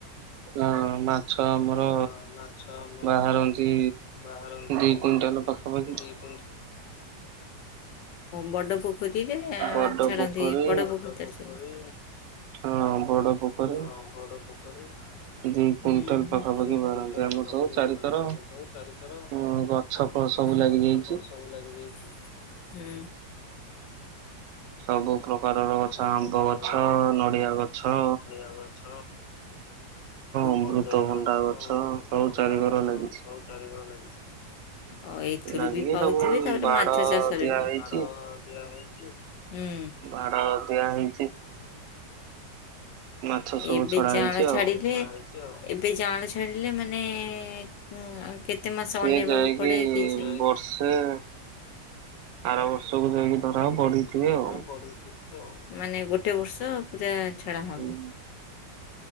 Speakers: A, on the right (about 80°); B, on the left (about 80°).
A: ହଁ ମା ଛ ଆମର
B: ହଁ ମାଛ ଆମର
A: ବାହାରନ୍ତି
B: ବାହାରନ୍ତି
A: ଦୁଇ କୁଇଣ୍ଟାଲ ପାଖାପାଖି।
B: ଦୁଇ ଓ ବଡ଼ ପୋ ପୋଖରୀରେ
A: ବଡ
B: ଛାଡ଼ନ୍ତି
A: ପୋଖରୀ
B: ବଡ଼ ପୋଖରୀ କରିଛନ୍ତି?
A: ହଁ ବଡ ପୋଖରୀ।
B: ହଁ ବଡ଼ ପୋଖରୀ।
A: ଦି
B: ହୁଁ।
A: କୁଇଣ୍ଟାଲ ପାଖାପାଖି
B: ଦି
A: ବାହାରନ୍ତି
B: କୁଇଣ୍ଟାଲ
A: ଆମର
B: ପାଖାପାଖି
A: ସବୁ ଚାରିଥର
B: ବାହାରନ୍ତି ଆମ
A: ଉଁ
B: ସବୁ ଚାରିକର
A: ଗ ଛ ଫଳ ସବୁ ଲାଗିଯାଇଚି।
B: ଗଛ ଫଛ ସବୁ ଲାଗିଯାଇଚି। ହୁଁ।
A: ସବୁ ପ୍ରକାରର
B: ସବୁ
A: ଗଛ ଆମ୍ବଗଛ,
B: ପ୍ରକାରର
A: ନଡିଆଗଛ
B: ତାଳଗଛ।
A: ଅମୃତଭଣ୍ଡା
B: କଦଳୀ ଗଛ, ଅମୃତଭଣ୍ଡା
A: ସବୁ ଚାରିକର
B: ଗଛ
A: ଲାଗିଛି।
B: ସବୁ ଚାରିକର ଲାଗିଛି। ଏଇଥିରୁ
A: ଲାଗିକି
B: ବି ପାଉଥିବେ
A: ସବୁ
B: ତାପରେ
A: ବାଡ
B: ମାଛ ଚାଷରୁ
A: ଦିଆ
B: ବି।
A: ହେଇଛି।
B: ଦିଆ ହେଇଛି। ହୁଁ।
A: ବାଡ଼ ଦିଆ ହେଇ ମାଛ ସବୁ
B: ଏବେ
A: ଛଡା
B: ଯାଆଁଳ
A: ହେଇଛି
B: ଛାଡିଲେ?
A: ଆଉ।
B: ଏବେ ଯାଁଳ ଛାଡିଲେ ମାନେ ଉଁ କେ କେତେ ମାସ
A: ସିଏ
B: ଅନେଇବାକୁ
A: ଯାଇକି
B: ପଡେ କିଛି
A: ବର୍ଷେ ଆର ବର୍ଷକୁ ଯାଇକି ଧରା ବଢିଥିବେ
B: ଧରା
A: ଆଉ।
B: ପଡ଼ିଯିବ ମାନେ ଗୋଟେ ବର୍ଷ ପୂରା ଛଡାହବ।
A: ହୁଁ,